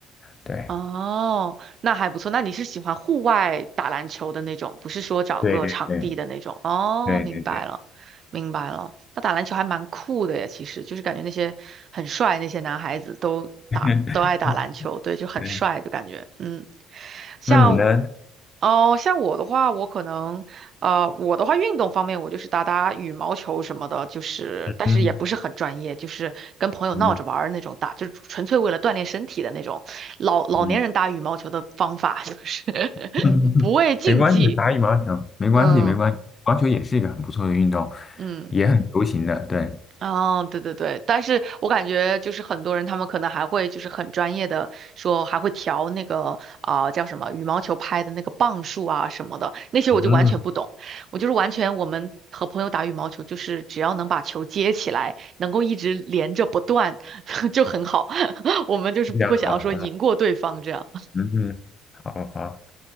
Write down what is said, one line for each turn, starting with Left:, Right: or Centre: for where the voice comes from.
Left: 对，
Right: 哦，那还不错，那你是喜欢户外打篮球的那种，不是说找个场地的那种，
Left: 对对对
Right: 哦，
Left: 对对对
Right: 明白了，明白了，那打篮球还蛮酷的呀，其实就是感觉那些很帅那些男孩子都打都爱打篮球，
Left: <laughs>
Right: 对，就很帅的感觉，
Left: 对，
Right: 嗯，像。
Left: 那你呢？
Right: 哦，像我的话，我可能，呃，我的话，运动方面我就是打打羽毛球什么的，就是但是也不是很专业，
Left: 嗯
Right: 就是跟朋友闹着玩儿那种打，
Left: 嗯
Right: 就是纯粹为了锻炼身体的那种。老老年人打羽毛球的方法就是
Left: 嗯。<laughs>
Right: <laughs>
Left: 嗯，
Right: 不畏竞技，
Left: 没关系，打羽毛球没关系，
Right: 嗯
Left: 没关系，羽毛球也是一个很不错的运动，
Right: 嗯。
Left: 也很流行的。对，
Right: 哦，对对对，但是我感觉就是很多人他们可能还会就是很专业的说还会调那个啊、叫什么羽毛球拍的那个磅数啊什么的，那些我就完全不懂，
Left: 嗯，
Right: 我就是完全我们和朋友打羽毛球就是只要能把球接起来，能够一直连着不断 <laughs> 就很好，<laughs> 我们就是不会想要说赢过对方这样。
Left: 这样啊，嗯，嗯好好，